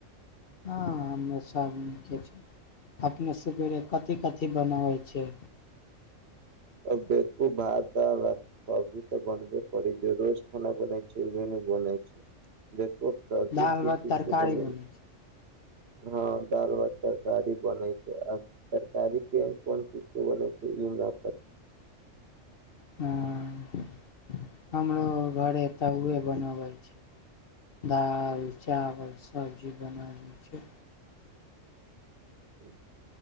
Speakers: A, on the left (about 50°); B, on the right (about 55°).
A: हां, हम्मे सभ नीके छै, अपने सवेरे कथी -कथी बनाबै छै।
B: <unintelligible> भात। दाल, भात, सब्जी तऽ बनबे करी जे रोज खाना बनई छैह, उहे नु बनई छै देखु सब्जी
A: दाल
B: की
A: भात
B: चीज
A: तरकारी
B: के बनई?
A: बनै छै
B: हँ दाल, भात, तरकारी बने छै, आ तरकारी के कोन चीज? के बनै छै, इना
A: हँ। हमरो घरे त उहे बनबै छै दाल। चावल सब। ई बनाबै छै।
B: ह।